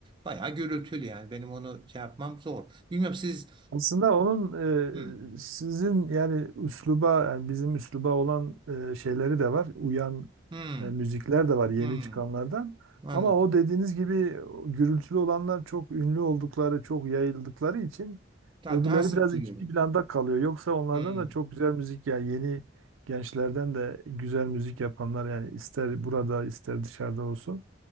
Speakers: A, on the right; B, on the right.
A: Bayağı gürültülü yani benim onu şey yapmam zor. Bilmiyorum siz
B: Aslında onun
A: Hı.
B: e, sizin yani üsluba yani bizim üsluba olan e, şeyleri de var. Uyan
A: Hı.
B: e, müzikler de var yeni
A: Hı.
B: çıkanlardan.
A: Anladım.
B: Ama o dediğiniz gibi o gürültülü olanlar çok ünlü oldukları, çok yayıldıkları için
A: Daha,
B: öbürleri
A: daha sık
B: biraz
A: duyuyorum.
B: ikinci planda kalıyor. Yoksa onlardan
A: Hı.
B: da çok güzel müzik yani yeni gençlerden de güzel müzik yapanlar yani ister burada ister dışarıda olsun